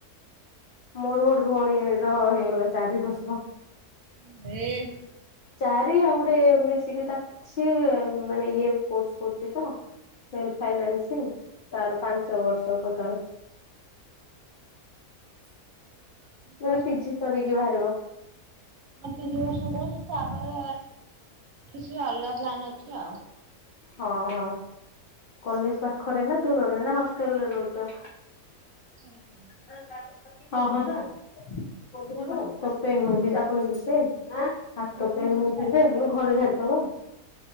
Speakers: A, on the left; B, on the right.
A: ମୋର ଗୋଟେ ଭଉଣୀ ର ହେଇଗଲା ଚାରି ବର୍ଷ।
B: <unintelligible>
A: ଚାରି ଅଙ୍ଗେ ଗୋଟେ ମିଶିକି, ସିଏ ମାନେ ଇଏ କୋର୍ସ କରୁଛି ତ। ସେଇ ଫାଇନାନ୍ସ ତାର ପାଞ୍ଚ ବର୍ଷ ଟୋଟାଲ। <inaudible> ସେ
B: ବର୍ଷ
A: ପିଜି କରିକି ବାହାରିବ।
B: ମ ତିନି ବର୍ଷ ପରେ, ତାପରେ କିଛି ଅଲଗା ପ୍ଲାନ୍ ଅଛି ଆଉ।
A: ହଁ ହଁ, କଲେଜ ପାଖରେ ନା ଦୂରରେ, ନା ହଷ୍ଟେଲରେ ରହୁଛ?
B: <inaudible>
A: <inaudible> ଆ ହାତ ପେନ୍ ହଉଛି, ଯେ
B: ଲୋକଙ୍କୁ
A: ଘର
B: ଛାଡିକି ଯିବ
A: ଝାଡ଼ିଦବ।